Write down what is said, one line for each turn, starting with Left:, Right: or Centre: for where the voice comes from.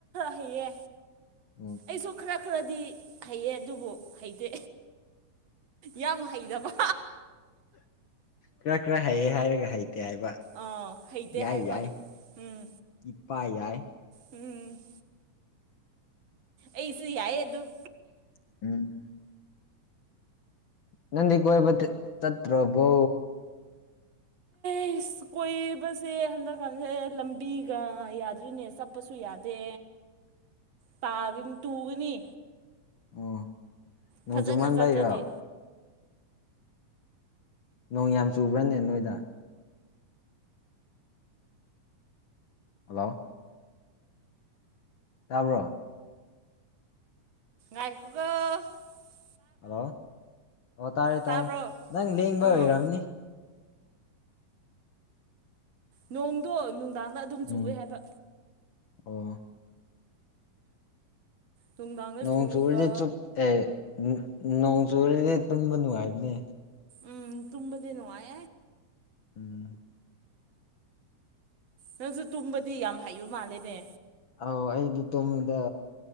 Right: ꯂꯩꯌꯦ
Left: ꯑꯣ
Right: ꯑꯩꯁꯨ ꯈꯔ ꯈꯔꯗꯤ ꯍꯩꯌꯦ ꯑꯗꯨꯕꯨ ꯍꯩꯇꯦ ꯌꯥꯝ ꯍꯩꯇꯕ
Left: ꯈꯔ ꯈꯔ ꯍꯩꯌꯦ ꯍꯥꯏꯔꯒ ꯍꯩ ꯇꯦ ꯍꯥꯏꯕ
Right: ꯑꯥ ꯍꯩꯇꯦ
Left: ꯌꯥꯏ
Right: ꯍꯥꯏꯕ
Left: ꯌꯥꯏ
Right: ꯎꯝ
Left: ꯏꯄꯥ ꯌꯥꯏ
Right: ꯎꯝ ꯑꯩꯁꯨ ꯌꯥꯏ ꯑꯗꯨꯝ
Left: <unintelligible> ꯅꯪꯗꯤ ꯀꯣꯏꯕ ꯆꯠꯇ꯭ꯔꯕꯣ <unintelligible>
Right: ꯑꯩꯁ ꯀꯣꯏꯕꯁꯦ ꯍꯟꯗꯛꯀꯥꯟꯁꯦ ꯂꯝꯕꯤꯒ ꯌꯥꯗ꯭ꯔꯤꯅꯦ ꯆꯠꯄꯁꯨ ꯌꯥꯗꯦ
Left: <unintelligible>
Right: ꯇꯥꯒꯅꯤ ꯇꯨꯒꯅꯤ
Left: ꯑꯣ ꯅꯣꯡꯖꯨꯃꯥꯟꯕꯩꯔꯣ
Right: ꯐꯖꯅ ꯆꯠꯇ꯭ꯔꯗꯤ
Left: ꯅꯣꯡ ꯌꯥꯝ ꯆꯨꯕ꯭ꯔꯥꯅꯦ ꯅꯣꯏꯗ ꯍꯜꯂꯣ ꯇꯥꯕ꯭ꯔꯣ
Right: <unintelligible>
Left: ꯍꯜꯂꯣ ꯑꯣ ꯇꯥꯔꯦ ꯇꯥꯔꯦ
Right: ꯇꯥꯕ꯭ꯔꯣ
Left: ꯅꯪ ꯂꯦꯡꯕ
Right: ꯑꯥ
Left: ꯑꯣꯏꯔꯝꯅꯤ
Right: ꯅꯣꯡꯗꯣ ꯅꯨꯡꯗꯥꯡꯗ ꯑꯗꯨꯝ ꯆꯨꯋꯦ
Left: ꯎꯝ
Right: ꯍꯥꯏꯕ
Left: ꯑꯣ
Right: ꯅꯨꯡꯗꯥꯡꯗ
Left: ꯅꯣꯡ
Right: ꯆꯨꯔꯒ
Left: ꯆꯨꯔꯗꯤ ꯆꯨꯞ ꯑꯦ ꯅꯣꯡ ꯆꯨꯔꯗꯤ ꯇꯨꯝꯕ ꯅꯨꯡꯉꯥꯏꯕꯅꯦ
Right: ꯎꯝ ꯇꯨꯝꯕꯗꯤ ꯅꯨꯡꯉꯥꯏꯑꯦ
Left: ꯎꯝ
Right: ꯅꯪꯁꯨ ꯇꯨꯝꯕꯗꯤ ꯌꯥꯝꯅ ꯍꯩꯕ ꯃꯥꯜꯂꯦꯅꯦ
Left: ꯑꯥꯎ ꯑꯩꯗꯤ ꯇꯨꯝꯕꯗ